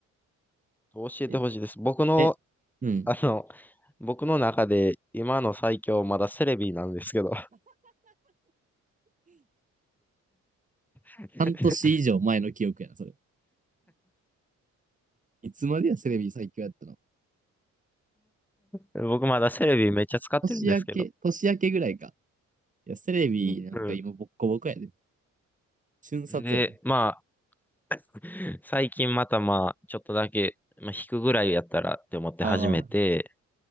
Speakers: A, in the centre; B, on the right (about 25°).
A: 教えてほしいです。
B: え、
A: 僕の、
B: え、うん。
A: あの、僕の中で今の最強まだセレビなんですけど。<laughs>
B: 半年以上前の記憶やな、それ。いつまでや、セレビ最強やったの。
A: 僕まだセレビめっちゃ使ってるんですけど。
B: 年明け、年明けぐらいか。いや、セレビなんか今ボッコボコやで。
A: うん
B: 瞬殺やで。
A: で、まあ、最近またまあ、ちょっとだけ、まあ、引くぐらいやったらって思って始めて、
B: ああ。